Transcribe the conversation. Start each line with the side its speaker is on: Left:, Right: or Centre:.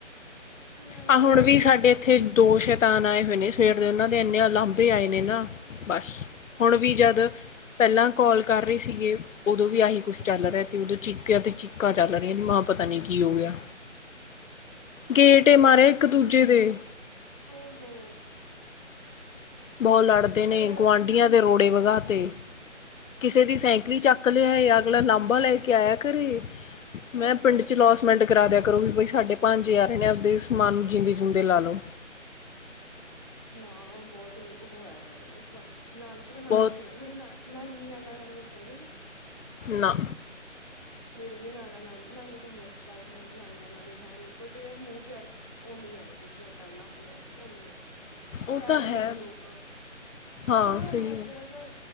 Right: ਨਿਆਣੇ
Left: ਆ
Right: ਜਵਾਕ
Left: ਹੁਣ ਵੀ
Right: ਨੇ
Left: ਸਾਡੇ ਇੱਥੇ ਦੋ ਸ਼ਤਾਨ ਆਏ ਹੋਏ ਨੇ ਸਵੇਰ ਦੇ, ਉਹਨਾਂ ਦੇ ਇੰਨੇ ਓਲਾਂਭੇ ਆਏ ਨੇ ਨਾ। ਬਸ, ਹੁਣ ਵੀ ਜਦ, ਪਹਿਲਾਂ ਕੋਲ ਕਰ ਰਹੀ ਸੀਗੀ ਵੀ ਆਹੀ ਕੁਛ ਚੱਲ ਰਿਹਾ ਤੇ ਉਦੋਂ ਚੀਕਿਆ, ਤੇ ਚੀਕਾਂ ਚੱਲ ਰਹੀਆਂ ਤੇ ਮਾਂ ਪਤਾ ਨੀ ਕੀ ਹੋ ਗਿਆ। ਗੇਟ ਏ ਮਾਰੇ, ਇੱਕ-ਦੂਜੇ ਦੇ।
Right: ਓ ਹੋ।
Left: ਬਹੁਤ ਲੜਦੇ
Right: ਯਾਰ
Left: ਨੇ, ਗੁਆਂਢੀਆਂ ਦੇ ਰੋੜੇ ਵਗਾ ਤੇ। ਕਿਸੇ ਦੀ ਸਾਈਕਲ ਚੱਕ ਲਿਆਏ, ਅਗਲਾ ਲਾਂਬਾ ਲੈ ਕੇ ਆਇਆ ਘਰੇ। ਮੈਂ
Right: ਅੱਛਾ
Left: ਪਿੰਡ'ਚ ਲੋਸਮੈਂਟ ਕਰਾ ਦਿਆ ਕਰੋ ਵੀ ਬਈ, ਸਾਡੇ ਭਾਣਜੇ ਆ ਰਹੇ ਨੇ, ਆਪਦੇ ਸਮਾਨ ਨੂੰ ਜਿਂਦੇ-ਜਿਉਂਦੇ ਲਾ ਲਓ।
Right: ਨਾ, ਉਹ ਬਹੁਤ ਉਹ ਹੈ ਯਾਰ, ਮਤਲਬ ਨਾਨਕੇ ਤਾਂ ਨਾਨਕੇ
Left: ਬਹੁਤ
Right: ਨੇ ਥੋੜੇ ਨਾ ਨਾਨੀ, ਨਾਨਾ-ਨਾਨੀ ਹੈਗੇ ਨੇ।
Left: ਨਾ।
Right: ਮੇਰੇ ਵੀ ਨਾਨਾ-ਨਾਨੀ, ਨਾਨੀ ਤਾਂ ਹੁਣੇ ਐਕਸਪਾਇਰ ਹੋਏ ਨੇ, ਨਾਨਾ-ਨਾਨੀ ਹੈ ਨਹੀਂ। ਬਟ ਯਾਰ, ਮੋਹ-ਪਿਆਰ, ਓਵੇ ਹੀ ਆ, ਮਤਲਬ ਜਿਵੇਂ ਪਹਿਲਾਂ ਹੁੰਦਾ ਸੀ, ਉਵੇਂ ਹੀ ਆ।
Left: ਉਹ
Right: ਕਹਿ
Left: ਤਾਂ
Right: ਦਿੰਦੇ
Left: ਹੈ
Right: ਨੇ ਲੋਕ,
Left: ਹਾਂ
Right: ਪਰ ਉਹ
Left: ਸਹੀ
Right: ਐ ਮੈਂ ਥੋੜਾ
Left: ਹੈ
Right: ਜਿਹਾ